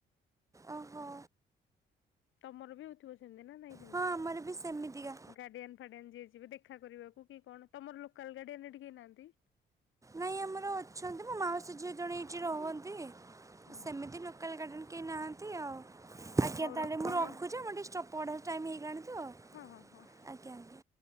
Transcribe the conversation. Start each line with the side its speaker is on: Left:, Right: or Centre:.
Right: ଓହୋ।
Left: ତମର ବି ହୋଉଥିବ ସେମିତି ନା ନାଇଁ?
Right: ହଁ ଆମର ବି ସେମିତିକା।
Left: ଗାଡିଆନ୍ ଫାଡିଆନ୍ ଯିଏ ଯିବେ ଦେଖା କରିବାକୁ କି କଣ ତମର ଲୋକାଲ୍ ଗାଡିଆନ୍ ଏଠି କେହି ନାହାନ୍ତି?
Right: ନାଇଁ ଆମର ଅଛନ୍ତି ମୋ ମାଉସୀ ଝିଅ ଜଣେ ଏଇଠି ରହନ୍ତି
Left: ଓ
Right: ସେମିତି ଲୋ ଲୋକାଲ୍ ଗାର୍ଡିଆନ୍ କେହି ନାହାନ୍ତି ଆଉ ଆଜ୍ଞା
Left: ହଉ
Right: ତାହେଲେ
Left: ରଖିଦିଅ
Right: ମୁଁ ରଖୁଛି ମୁଁ ଟିକେ ଷ୍ଟ ପଢ଼ା ଟାଇମ୍ ହେଇଗଲାଣି ତ।
Left: ହଁ ହଁ ହଁ।
Right: ଆଜ୍ଞା ଆଜ୍ଞା।